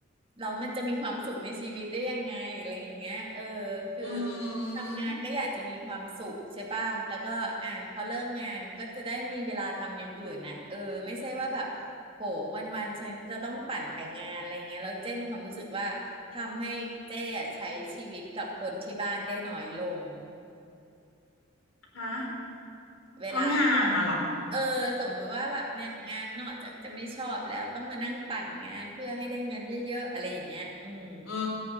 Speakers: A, on the right (about 30°); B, on the left (about 75°).
A: เรามันจะมีความสุขในชีวิตได้ยังไงอะไรอย่างเงี้ยเออคือ
B: อื
A: ทำงานก็อยากจะมีความสุขใช่ป่ะแล้วก็อ่ะพอเลิกงานก็จะได้มีเวลาทำอย่างอื่นน่ะเออไม่ใช่ว่าแบบโห
B: ม
A: วันๆฉันจะต้องปั่นแต่งงานอะไรเงี้ยแล้วเจ้มีความรู้สึกว่าทำให้เจ้อะใช้ชีวิตกับคนที่บ้านได้น้อยลง
B: ฮะ
A: เวลาที่แบบ
B: เพราะงานน่ะเหรอ
A: เออสมมุติว่าแบบเนี่ยงานนอกจากจะไม่ชอบแล้วต้องมานั่งปั่นงานเพื่อให้ได้เงินเยอะๆอะไรอย่างเงี้ยอืม
B: อื